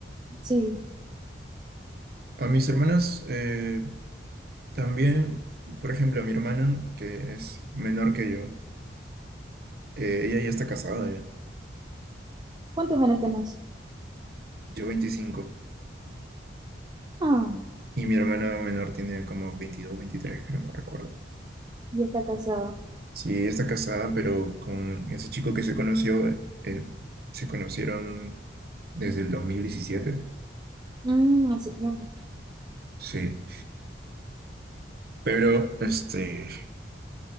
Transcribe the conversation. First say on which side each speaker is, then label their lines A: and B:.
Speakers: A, on the right; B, on the right.
A: Sí.
B: a mis hermanas eh, también, por ejemplo, a mi hermana, que es menor que yo, eh, ella ya está casada, ya.
A: ¿Cuántos años tenés?
B: Yo 25
A: Ah,
B: y mi hermana menor tiene como 22, 23 creo, no recuerdo.
A: y está casada.
B: Sí, ella está casada, pero con ese chico que se conoció, eh, se conocieron desde el 2017.
A: Mm, hace tiempo.
B: sí. Pero, este,